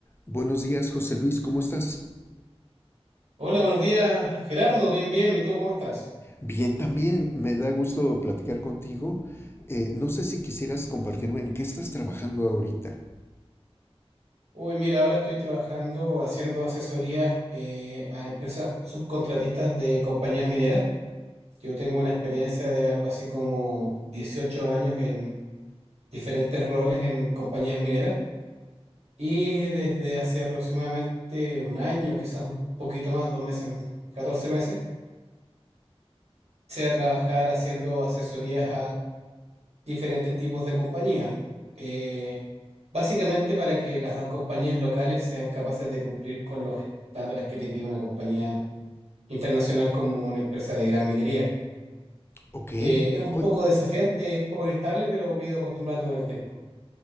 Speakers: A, on the left; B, on the right.
A: Buenos días, José Luis, ¿cómo estás?
B: Hola, buenos días, Gerardo. Bien, bien. ¿Y tú cómo estás?
A: Bien, también me da gusto platicar contigo. Eh, no sé si quisieras compartirme en qué estás trabajando ahorita.
B: Uy, mira, ahora estoy trabajando haciendo asesorías eh, a empresas subcontratistas de compañías mineras. Yo tengo una experiencia de algo así como 18 años en diferentes roles en compañías mineras y desde hace aproximadamente un año, quizás un poquito más, dos meses, 14 meses, empecé a trabajar haciendo asesorías a diferentes tipos de compañías. Eh, básicamente para que las compañías locales sean capaces de cumplir con los estándares que te pide una compañía internacional como una empresa de gran minería.
A: Ok,
B: Eh, es un
A: hoy
B: poco desafiante, es un poco inestable, pero me he ido acostumbrando con el tiempo.